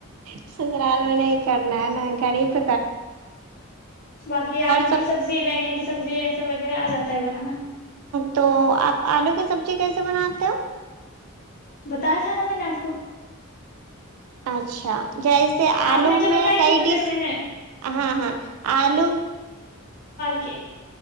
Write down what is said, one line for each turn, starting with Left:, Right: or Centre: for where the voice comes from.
Right: سسرال نہیں کرنا ہے نہ گڑب
Left: باقی آلو
Right: سب
Left: کی سبزی بینگن کی سبزی ایسا وغیرہ آ جا ہے بنانا
Right: تو آپ آلو کی سبزی کیسے بناتے ہو
Left: بتایا تھا نا میں نے آپ کو
Right: اچھا جیسے آلو
Left: آپ نے جو
Right: میں
Left: بتائی
Right: کئی
Left: تھی مجھے
Right: ڈش
Left: میں نے
Right: ہاں ہاں آلو
Left: اوکے